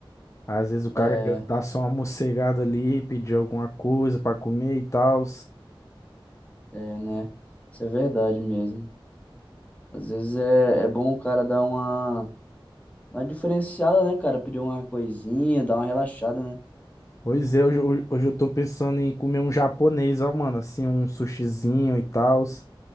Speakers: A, on the left (about 35°); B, on the left (about 15°).
A: Às vezes o cara
B: É,
A: quer dar só uma mocegada ali, pedir alguma coisa pra comer e tal.
B: é, né? Isso é verdade mesmo. Às vezes é, é bom o cara dar uma, uma diferenciada, né, cara? Pedir uma coisinha, dar uma relaxada, né?
A: Pois é, hoje, hoje hoje eu tô pensando em comer um japonês, ó, mano. Assim, um sushizinho e tal.